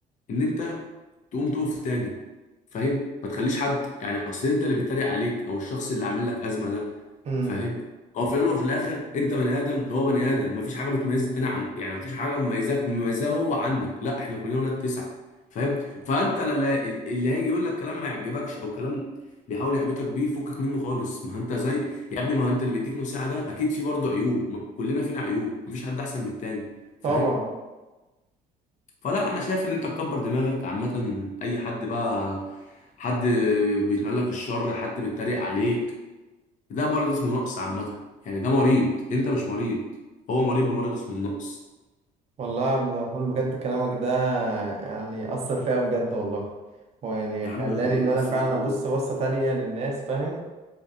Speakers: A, on the left; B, on the right.
A: ان انت تقوم تقف تاني فاهم ما تخليش حد يعني اصل انت اللي بيتريق عليك او الشخص اللي عامل لك ازمه ده
B: امم
A: فاهم هو في الاول وفي الاخر انت بني ادم هو بني ادم مفيش حاجه بتميز التاني عن يعني مفيش حاجه مميزاك مميزاه هو عنك لا احنا كلنا ولاد تسعه فاهم فانت اللي, اللي هيجي يقول لك كلام ما يعجبكش او كلام بيحاول يحبطك بيه فكك منه خالص ما انت زي يا ابني ما انت اللي بيديك نصيحه ده اكيد في برضه عيوب م- كلنا فينا عيوب مفيش حد احسن من التاني فاهم
B: طبعا
A: فلا انا شايف ان انت تكبر دماغك عامه اي حد بقى حد بيتمنى لك الشر حد بيتريق عليك ده مرض اسمه نقص عامة يعني ده مريض انت مش مريض هو مريض بمرض اسمه النقص
B: والله يا عبد الرحمن بجد كلامك ده يعني أثر فيا أوي بجد والله ويعني
A: يا
B: خلاني
A: عم عليه
B: إن
A: بس
B: أنا فعلا
A: يا عم
B: أبص بصة تانية للناس فاهم